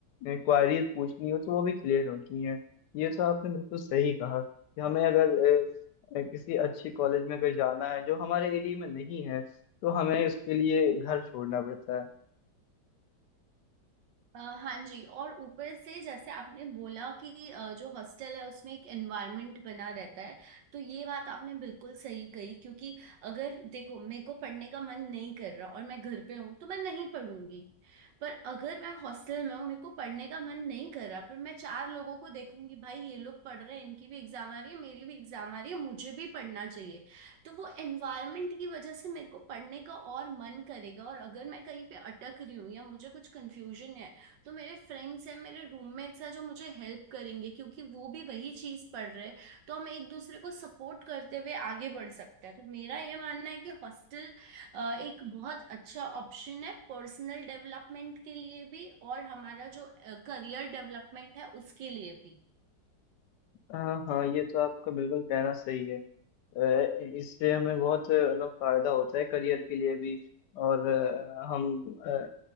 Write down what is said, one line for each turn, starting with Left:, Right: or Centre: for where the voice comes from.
Left: क्वारीज पूछनी हो तो वो भी क्लियर होती हैं ये तो आपने बिल्कुल सही कहा कि हमें अगर अ, अ, किसी अच्छे कॉलेज में अगर जाना है जो हमारे एरिया में नहीं है तो हमें उसके लिए घर छोड़ना पड़ता है
Right: अ, हाँ जी और ऊपर से जैसे आपने बोला कि अ, जो हॉस्टल है उसमें एक एनवायरनमेंट बना रहता है तो ये बात आपने बिल्कुल सही कही क्योंकि अगर देखो मेरे को पढ़ने का मन नहीं कर रहा और मैं घर पे हूँ तो मैं नहीं पढ़ूंगी पर अगर मैं हॉस्टल में हूँ मेरे को पढ़ने का मन नहीं कर रहा पर मैं चार लोगों को देखूंगी भाई ये लोग पढ़ रहे हैं इनकी भी एग्जाम आ रही है मेरी भी एग्जाम आ रही है मुझे भी पढ़ना चाहिए तो वो एनवायरनमेंट की वजह से मेरे को पढ़ने का और मन करेगा और अगर मैं कहीं पे अटक रही हूँ या मुझे कुछ कंफ्यूजन है तो मेरे फ्रेंड्स हैं मेरे रूममेट्स हैं जो मुझे हेल्प करेंगे क्योंकि वो भी वही चीज पढ़ रहे हैं तो हम एक दूसरे को सपोर्ट करते हुए आगे बढ़ सकते हैं तो मेरा ये मानना है कि हॉस्टल एक बहुत अच्छा ऑप्शन है पर्सनल डेवलपमेंट के लिए भी और हमारा जो करियर डेवलपमेंट है उसके लिए भी
Left: हाँ हाँ ये तो आपका बिल्कुल कहना सही है अ, इससे हमें बहुत मतलब फायदा होता है करियर के लिए भी और अ, हम अ,